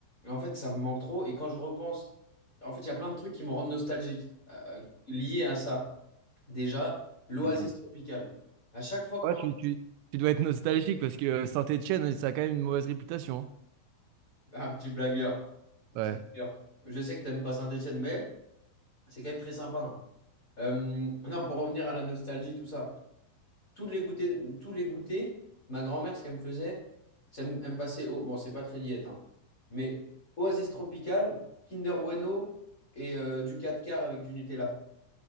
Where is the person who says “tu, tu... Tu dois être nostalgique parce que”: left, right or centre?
Right